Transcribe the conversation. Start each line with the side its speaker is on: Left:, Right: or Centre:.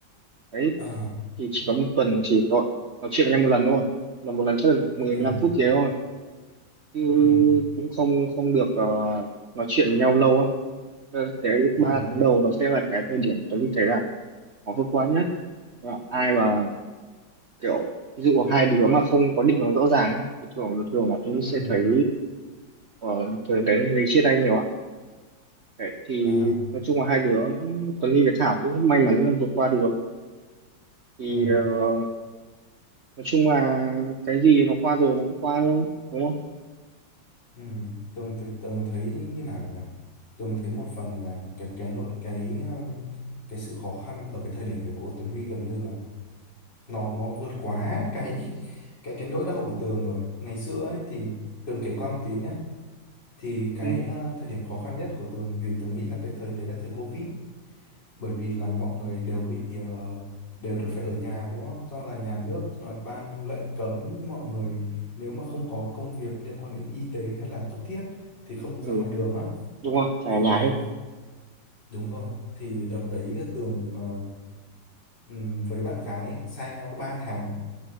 Right: đấy
Left: ờ
Right: thì chỉ có một tuần chỉ gọi nói chuyện với nhau một lần thôi mà một lần chắc là mười
Left: ừ
Right: lăm phút gì đấy thôi chứ
Left: ừ
Right: cũng không không được ờ, nói chuyện với nhau lâu ấy Cho nên cái
Left: ừ
Right: ba tháng đầu nó sẽ là cái thời điểm Tuấn đi thấy là khó vượt qua nhất Và ai mà kiểu ví dụ hai đứa mà không có định hướng rõ ràng ấy, thì thường thường là tôi
Left: ừ
Right: sẽ thấy ở thời đấy thấy chia tay nhiều á đấy, thì
Left: ờ
Right: nói chung là hai đứa Tuấn Ly với Thảo cũng may mắn là vượt qua được thì
Left: ừ
Right: ờ, nói chung là cái gì nó qua rồi nó cũng qua thôi đúng không
Left: ừ tường thì tường thấy như nào nhỉ tường thấy một phần là cái cái nội cái um, cái sự khó khăn ở cái thời điểm đấy của Tuấn Huy gần như là nó nó vượt quá cái <laughs> cái cái nỗi đau của tường rồi ngày xưa ấy thì tường kể qua một tí nhé thì cái
Right: ừ,
Left: uh, thời điểm khó khăn nhất của tường thì tường nghĩ là cái thời đấy là thời Covid bởi vì là mọi người đều bị ờ, đều đều phải ở nhà đúng không? Do là nhà nước ờ, ban lệnh cấm mọi người nếu mà không có công việc liên quan đến y tế hay là cấp thiết thì không được
Right: ừ
Left: ra ngoài đường á.
Right: đúng rồi phải
Left: Thì
Right: ở nhà
Left: ờ,
Right: hết
Left: đúng rồi, thì đợt đấy Tường ờ, ừm, với bạn gái xa nhau 3 tháng.